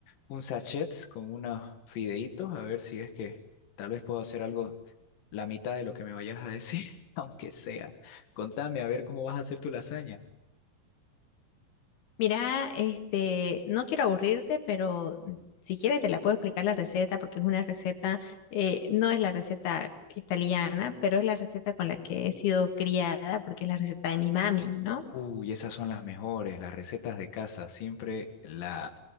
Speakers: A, on the left; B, on the left.
A: un sachet con unos fideitos, a ver si es que tal vez puedo hacer algo, la mitad de lo que me vayas a decir, <laughs> aunque sea. Contame, a ver cómo vas a hacer tu lasaña.
B: Mira, este, no quiero aburrirte, pero si quieres te la puedo explicar la receta porque es una receta, eh, no es la receta italiana, pero es la receta con la que he sido criada porque es la receta de mi mami, ¿no?
A: Uy, esas son las mejores, las recetas de casa. Siempre la,